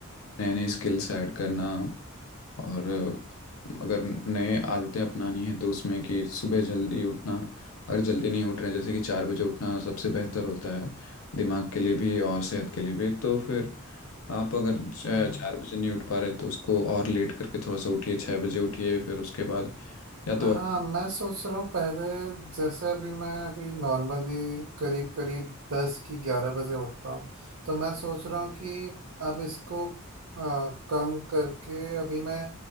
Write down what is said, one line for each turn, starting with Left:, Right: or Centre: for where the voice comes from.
Left: नए नए स्किल्स ऐड करना और अगर नए आदतें अपनानी है तो उसमें कि सुबह जल्दी उठना अगर जल्दी नहीं उठ रहे हैं जैसे कि चार बजे उठना सबसे बेहतर होता है दिमाग के लिए भी और सेहत के लिए भी तो फिर आप अगर च- हम्म।
Right: हम्म।
Left: चार बजे नहीं उठ पा रहे तो उसको और लेट करके थोड़ा सा उठिए छः बजे उठिए फिर उसके बाद या तो
Right: हाँ
Left: आप
Right: मैं सोच रहा हूँ पहले जैसे अभी मैं अभी नॉर्मली करीब करीब दस की ग्यारह बजे उठता हूँ तो मैं सोच रहा हूँ कि अब इसको आ, कम करके अभी मैं